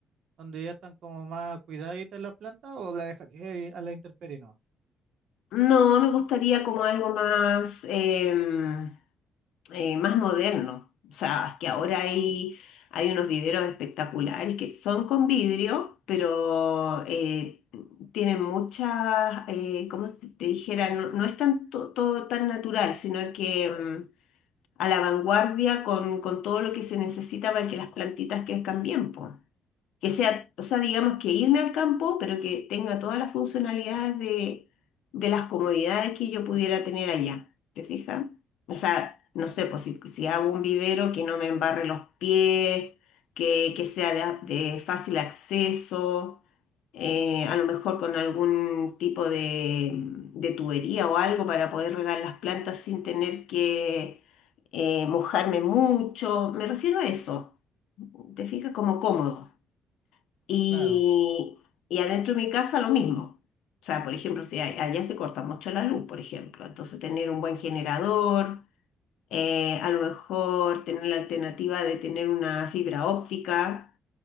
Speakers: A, on the right; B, on the left.
A: donde ya están como más cuidaditas las plantas o la dejarías ahí a la intemperie nomás?
B: No, me gustaría como algo más, em, eh, más moderno. O sea, que ahora hay, hay unos viveros espectaculares que son con vidrio, pero eh, tienen muchas, eh, como si te dijera, no, no es tan, to- todo tan natural, sino que mm, a la vanguardia con, con todo lo que se necesita para que las plantitas crezcan bien, po que sea, o sea, digamos que irme al campo, pero que tenga todas las funcionalidades de, de las comodidades que yo pudiera tener allá, ¿te fijas? O sea, no sé, pues si, si hago un vivero que no me embarre los pies, que, que sea de, de fácil acceso, eh, a lo mejor con algún tipo de, de tubería o algo para poder regar las plantas sin tener que eh, mojarme mucho, me refiero a eso, ¿te fijas? Como cómodo. Y,
A: Claro,
B: y adentro de mi casa lo mismo. O sea, por ejemplo, si a- allá se corta mucho la luz, por ejemplo. Entonces, tener un buen generador, eh, a lo mejor tener la alternativa de tener una fibra óptica.